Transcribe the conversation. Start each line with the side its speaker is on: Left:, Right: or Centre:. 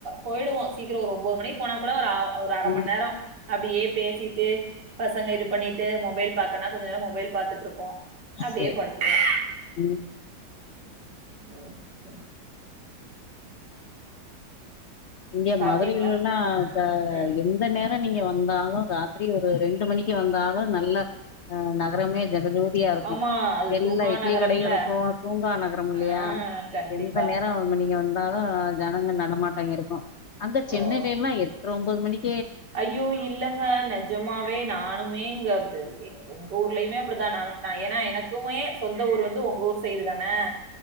Right: போயிடுவோ சீக்கிர ஒரு ஒம்போது மணிக்கு போனா கூட ஒரு ஒரு அர
Left: ம்.
Right: மண் நேரோ அப்டியே பேசிட்டு பசங்க இது பண்ணிட்டு மொபைல் பாக்கனா கொஞ்ச நேர மொபைல் பாத்துட்டு இருப்போ அப்டியே
Left: சரி.
Right: படுத்துருவோ
Left: ம்.
Right: எஸ்
Left: இங்க
Right: சாப்பிட்டீங்களா
Left: மதுரைலல்லா
Right: ம்,
Left: த
Right: ம், ம்.
Left: எந்த நேர நீங் க வந்தாலு ராத்திரி ஒரு ரெண்டு மணிக்கு வந்தாலு நல்ல அ நகரமே ஜெகஜோதி தியா இருக்கு
Right: ஆமா அது
Left: எல்லா
Right: தூங்கா
Left: இட்லி
Right: நகரம்ல
Left: கடையு இருக்கு தூங்கா நகரம் இல்லையா
Right: ஆஹ் கண்டிப்பா
Left: எந்த நேர நீங்க வந்தாலு ஜனங்க நடமாட்ட இருக்கு அங்க சென்னையில
Right: ஓ
Left: எல்லா எட்ற ஒம்பது மணிக்
Right: ஐயோ இல்லங்க நெஜமாவே நானுமே இங்க அப்பி அப்பி எங்க ஊர்லயுமே அப்டிதா நா நா ஏனா எனக்குமே சொந்த ஊர் வந்து உங்க ஊர் சைடு தான அங்க